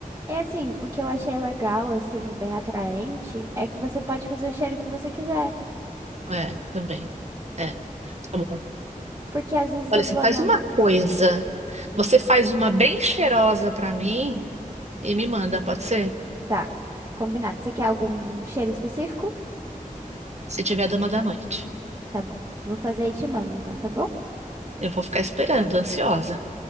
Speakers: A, on the right; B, on the right.
A: é assim, o que eu achei legal, assim, bem atraente, é que você pode fazer o cheiro que você quiser.
B: É, também. É. Tá bom.
A: Porque às vezes
B: Olha,
A: eu
B: você
A: vou
B: faz
A: na.
B: uma coisa.
A: Hum,
B: Você faz uma bem cheirosa pra mim e me manda, pode ser?
A: tá. Combinado. Você quer algum cheiro específico?
B: Se tiver dama da noite.
A: Tá bom. Vou fazer e te mando, então, tá bom?
B: Eu vou ficar esperando, ansiosa.